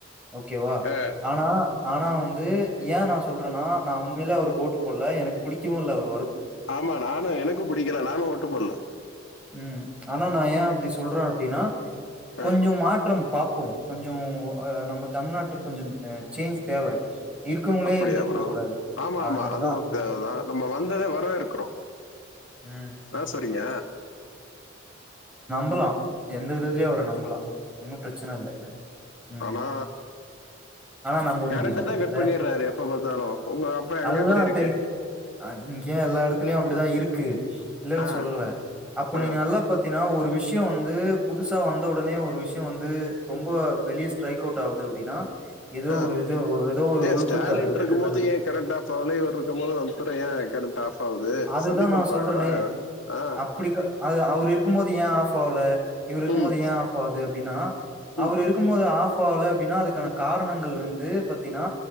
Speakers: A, in the centre; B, on the left.
A: ஓகேவா
B: அ
A: ஆனா ஆனா வந்து ஏ நா சொல்றன்னா நா வந்து உண்மேலே அவருக்கு ஓட்டு போடல எனக்கு பிடிக்கவு இல்ல அவ்
B: ஆமா நானு எனக்கு புடிக்கல நானு ஓட்டு போடல
A: ம் ஆனா நா ஏ அப்பிடி சொல்றே அப்டின்னா
B: ஆ
A: கொஞ்சம் மாற்றம் பாப் இப்போ கொஞ்சோ நம்ம தமிழ்நாட்டுக்கு கொஞ்சோ ம் சேஞ்ச் தேவ இருக்கவங்களே
B: அப்பிடியா
A: இருந்துட்டு
B: ப்ரோ
A: இருக்கக் கூடாது.
B: ஆமா
A: அதனால
B: ஆமா அதுவு
A: தான்.
B: தேவதா நம்ம வந்ததே வரவேற்கிறோ
A: ம்.
B: ஆ சரிங்க
A: நம்பலா எந்த விதத்திலயு அவர நம்பலா ஒன்னு பிரச்சன இல்ல ம்.
B: அனா
A: ஆனா நம்ப
B: கரண்ட்ட
A: முடியல.
B: தா கட்
A: இல்ல
B: பண்ணடுறாரு எப்பப்பாத்தாலு உங்க அப்பா எங்க
A: அதுதான்
B: எப்பிடி இருக்கு
A: தெளி அ இங்கே எல்லா எடத்துலயு அப்பிடிதா இருக்கு இல்லேன்னு
B: ஆ
A: சொல்லல்ல அப்ப
B: ஆ
A: நீ நல்லா பாத்தீனா ஒரு விஷ்யோ வந்து புதுசா வந்த ஒடனே ஒரு விஷ்யோ வந்து ரொம்ப வெளிய ஸ்ட்ரைக் அவுட் ஆவுது அப்படின்னா, ஏதோ
B: அ
A: ஒரு இது ஒரு ஏதோ ஒரு
B: ஏ
A: உள்குத்து
B: ஸ்டாலின்
A: அதுல
B: இருக்கும்போது
A: இருக்குன்னு தான
B: ஏ கெரண்ட்டாஃப் ஆவுல்ல <unintelligible> இருக்கும் போது மின்தடையே கெரண்ட் ஆஃப் ஆவுது
A: அதுதா
B: சதி பண்றாங்களா
A: நா சொல்றனே
B: ஆ
A: அப்பிடிக்கா அது அவர் இருக்கும் போது ஏ ஆஃப்பாவுல இவரு இருக்கும்போது
B: ம்
A: ஏ ஆஃப்பாகுது அப்டின்னா அவர்
B: ம்
A: இருக்கும்போது ஆஃப் ஆகல அப்பிடின்னா அதுக்கான காரணங்கள் வந்து பாத்தீனா